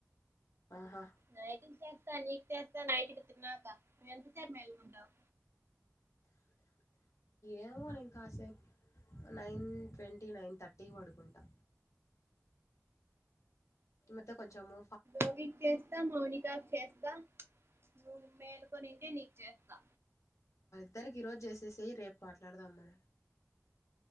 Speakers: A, on the left (about 70°); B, on the right (about 50°).
A: ఆహా
B: నటీ స్త నీకు తెస్తా నైట్కి తిన్నాక మ ఎంతసేపు మెల్కుంటావు
A: ఏమో నేను కాసేపు నైన్ ట్వంటీ నైన్ థర్టీకి పడుకుంటా ఇత్త కొంచమూ
B: ోగికి చేస్తా మౌనికాకి చేస్తా నువ్వు మేల్కనిే నీకు చేస్తా
A: ఇద్దరికి ఈరోజు చేసేస రేపు మాట్లాడదాం మన